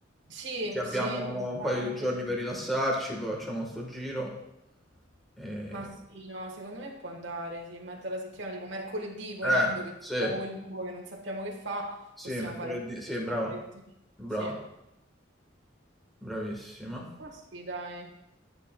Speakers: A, on the right (about 65°); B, in the centre.
A: sì,
B: Così abbiamo
A: sì,
B: un
A: esatto.
B: paio di giorni per rilassarci, poi facciamo sto giro. E...
A: Ma sì, no, secondo me può andare, sì, in mezzo alla settimana, tipo mercoledì, volendo
B: Eh,
A: che
B: sì,
A: abbiamo quel buco che non sappiamo che fa,
B: sì,
A: possiamo
B: mercoledì,
A: fare,
B: sì,
A: possiamo
B: brava,
A: fare così.
B: brava,
A: Sì.
B: bravissima.
A: Ma sì, dai.